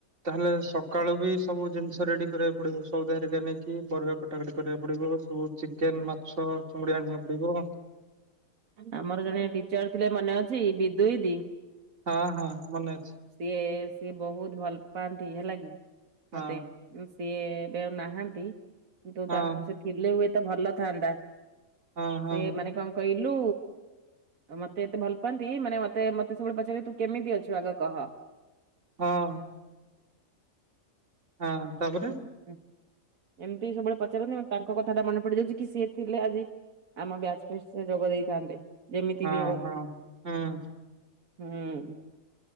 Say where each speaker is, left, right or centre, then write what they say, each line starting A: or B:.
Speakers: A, on the right; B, on the right.
A: ତାହେଲେ ସକାଳୁ ବି ସବୁ ଜିନିଷ ରେଡ଼ି କରିବାକୁ ପଡ଼ିବ। ସଉଦା ହେରିକା ନେଇକି ପରିବା କଟା କଟି କରିବାକୁ ପଡ଼ିବ ସବୁ ଚିକେନ ମାଛ ଚୁଙ୍ଗୁଡି ଆଣିବାକୁ ପଡ଼ିବ
B: ଆମର ଜଣେ ଟିଚର ଥିଲେ ମନେ ଅଛି ବିଦୁଇ ଦି?
A: ହଁ ହଁ ମନେ ଅଛି।
B: ସିଏ ସିଏ ବହୁତ ଭଲ ପାଆନ୍ତି ହେଲା କିି
A: ହଁ
B: ମତେ। ସିଏ ଏବେ ଆଉ ନାହାନ୍ତି। କିନ୍ତୁ
A: ହଁ
B: ତାଙ୍କୁ ସେ ଥିଲେ ହୁଏ ତ ଭଲ ଥାନ୍ତା
A: ହଁ ହଁ
B: ସିଏ ମାନେ କଂ? କଇଲୁ ମତେ ଏତେ ଭଲ ପାଆନ୍ତି ମାନେ ମତେ ମତେ ସବୁବେଳେ ପଚାରିବେ ତୁ କେମିତି ଅଛୁ ଆଗ କହ।
A: ହଁ। ହଁ ତାପରେ।
B: ହଁ ଏମିତି ସବୁବେଳେ ପଚାରନ୍ତି ତାଙ୍କ କଥା ଟା ମନେ ପଡିଯାଉଛି କି ସିଏ ଥିଲେ ଆଜି। ଆମ ବ୍ୟାଚ ଫିଷ୍ଟ ସେ ଯୋଗ ଦେଇଥାନ୍ତେ। ଯେମିତି
A: ହଁ
B: ବି ହଉ
A: ହଁ ହୁଁ
B: ହୁଁ।